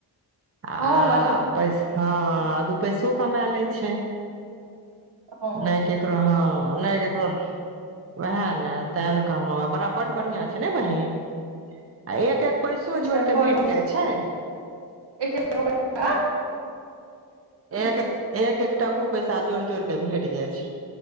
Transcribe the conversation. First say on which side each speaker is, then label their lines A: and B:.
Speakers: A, on the right; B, on the right.
A: आ-अ
B: हँ बहिन
A: पैस हँ दू पैसो कमा लै छै
B: हँ
A: नहि ककरो हँ नहि ककरो उएह ने तां ने कहलहुँ बड़ा बड्ड बढ़ियाँ छै ने बहिन आ एक के पैसो जोड़
B: काज
A: कऽ भेट जाइ छै
B: <unintelligible>
A: एक एक एक एक टकू पैसा जोड़ि जोड़ि कऽ भेट जाइ छै